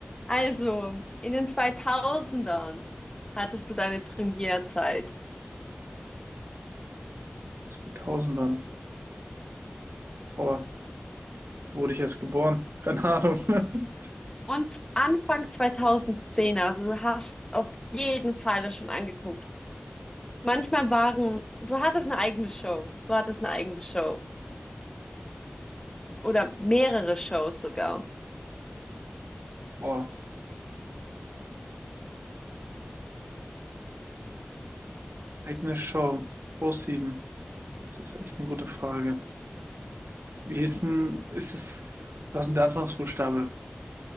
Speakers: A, on the left (about 20°); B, on the right (about 75°).
A: Also, in den 2000ern hattest du deine Premierzeit.
B: 2000ern. Boah, da wurde ich erst geboren. Keine Ahnung. <laughs>
A: Und Anfang 2010er, also du hast auf jeden Fall das schon angeguckt. Manchmal waren, du hattest eine eigene Show. Du hattest eine eigene Show. Oder mehrere Shows sogar.
B: Boah, eigene Show. ProSieben. Das ist echt eine gute Frage. Wie ist denn, ist es, was ist denn der Anfangsbuchstabe?